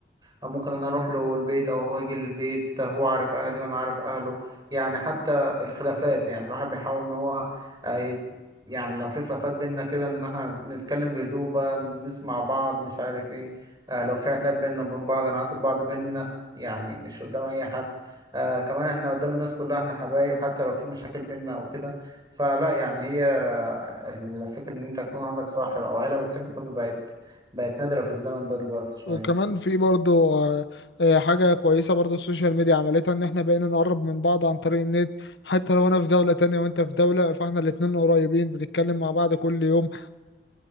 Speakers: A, on the right; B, on the left.
A: ممكن انا اروح له البيت او هو يجي البيت هو عارف اهلي وانا عارف اهله يعني حتى الخلافات يعني الواحد بيحاول ان هو آه، ي- يعني لو في خلافات بينا كده ان احنا نتكلم بهدوء بقى نسمع بعض مش عارف ايه آه، لو في عتاب بينا وبين بعض نعاتب بعض بينا يعني مش قدام اي حد آه كمان احنا قدام الناس كلها احنا حبايب حتى لو في مشاكل بينا او كده فلا يعني هي آه، الفكرة ان انت تكون عندك صاحب او عيلة بتحبك بقت بقت نادرة في الزمن ده دلوقتي شوية
B: وكمان في برضو آه، آه، حاجة كويسة برضو السوشيال ميديا عملتها ان احنا بقينا نقرب من بعض عن طريق النت حتى لو انا في دولة تانية وانت في دولة فاحنا الاتنين قريبين بنتكلم مع بعض كل يوم